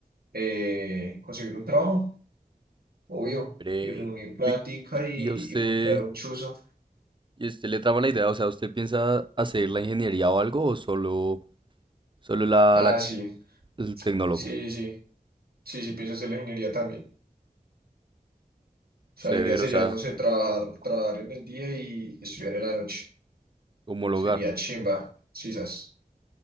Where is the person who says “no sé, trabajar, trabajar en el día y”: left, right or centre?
Right